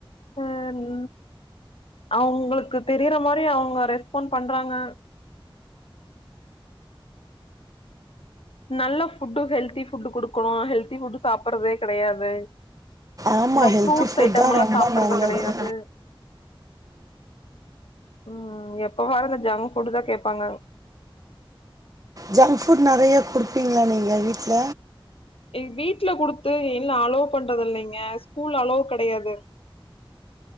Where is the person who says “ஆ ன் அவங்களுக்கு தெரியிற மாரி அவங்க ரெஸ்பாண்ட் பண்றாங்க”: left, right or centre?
Left